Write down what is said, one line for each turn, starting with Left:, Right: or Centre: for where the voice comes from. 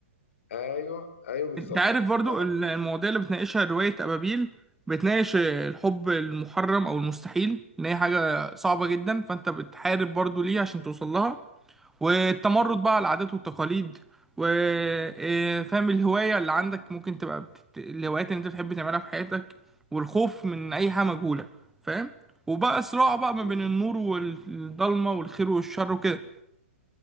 Left: ايوه ايوه بالظبط
Centre: انت عارف برضو
Left: ف-
Centre: ال- المواضيع اللي بتناقشها رواية أبابيل بتناقش آه، الحب المحرم أو المستحيل إن هي حاجة صعبة جدا فأنت بتحارب برضو ليه عشان توصل لها والتمرد
Left: مم.
Centre: بقى على العادات والتقاليد وفهم الهواية اللي عندك ممكن تبقى بت... الهوايات اللي أنت بتحب تعملها في حياتك والخوف من أي حاجة مجهولة فاهم وبقى صراع بقى ما
Left: مم.
Centre: بين النور والضلمة والخير والشر وكده